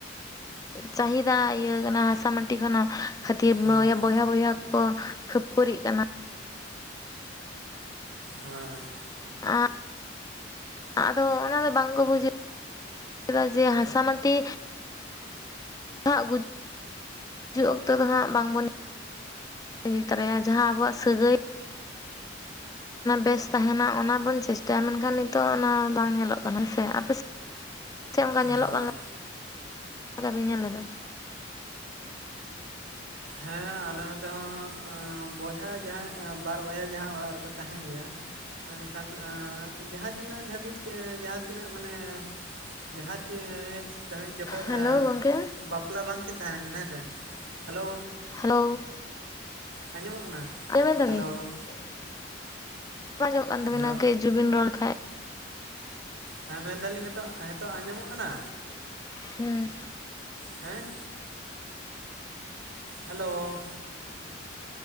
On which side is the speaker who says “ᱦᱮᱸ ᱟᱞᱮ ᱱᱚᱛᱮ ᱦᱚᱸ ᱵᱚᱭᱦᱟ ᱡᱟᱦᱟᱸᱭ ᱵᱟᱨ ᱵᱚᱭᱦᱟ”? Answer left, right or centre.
Right